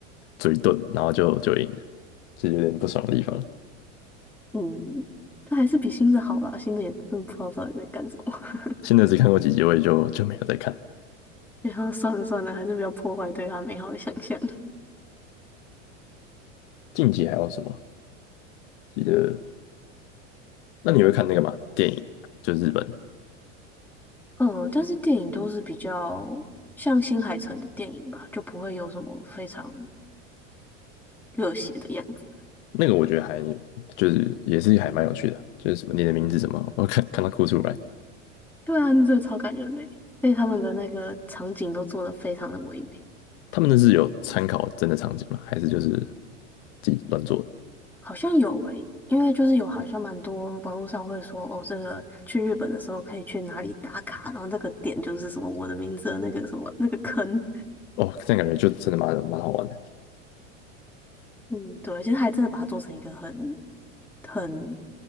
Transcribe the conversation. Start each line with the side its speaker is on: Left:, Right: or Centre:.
Left: 嘴遁，然后就就赢了，是有点不爽的地方。
Centre: 嗯，它还是比新的好啦，新的也真的不知道到底在干什么。
Left: 现在只看过几集，我也就就没有再看了。
Centre: 然后算了算了，还是不要破坏对他美好的想象。
Left: 近期还有什么？记得，那你会看那个吗？电影就是日本的
Centre: <laughs> 嗯，但是电影都是比较像新海诚的电影吧，就不会有什么非常热血的样子。
Left: 那个，我觉得还就是也是还蛮有趣的，就是什么你的名字什么，我看看到哭出来。
Centre: 对啊，那真的超感人的欸，而且他们的那个场景都做得非常的唯美。
Left: 他们那是有参考真的场景吗？还是就是自己乱做的？
Centre: 好像有诶，因为就是有好像蛮多网络上会说哦，这个去日本的时候可以去哪里打卡，然后这个点就是什么我的名字的那个什么那个坑。
Left: 哦，这样感觉就真的蛮蛮好玩的。
Centre: 嗯，对，其实还真的把它做成一个很很